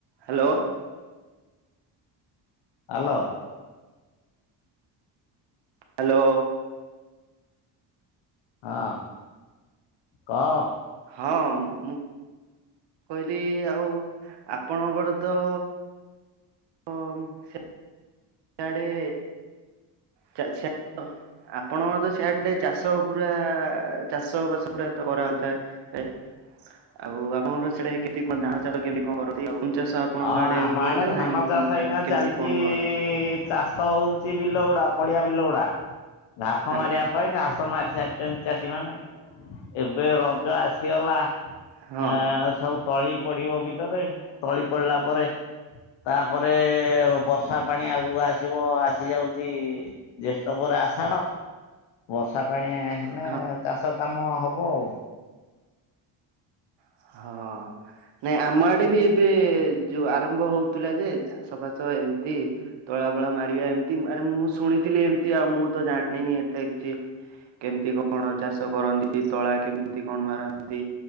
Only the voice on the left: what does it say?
ହାଲୋ।
ହଁ କହ।
ହଁ ଆମ
ଆଡେ
ଧାନ
ଚାଷ
ଏଇନା
ଚାଲିଛି
ଚାଷ ହଉଛି ବିଲଗୁଡା ପଡିଆ ବିଲ ଗୁଡା ଘାସ
ମାରିବା ପାଇଁ ଘାସ ମାରି ସାରିଛନ୍ତି ଚାଷୀମାନେ ଏବେ ରଜ ଆସିଗଲା
ଆ ସବୁ ତଳି ପଡିବ ବିଲରେ ତଳି ପଡିଲା ପରେ ତାପରେ ବର୍ଷା ପାଣି ଆଗକୁ ଆସିବ ଆସି ଯାଉଛି ଜ୍ୟେଷ୍ଠ ପରେ ଆଷାଢ ବର୍ଷା ପାଣି ହେଲେ
ଚାଷ କାମ ହବ ଆଉ।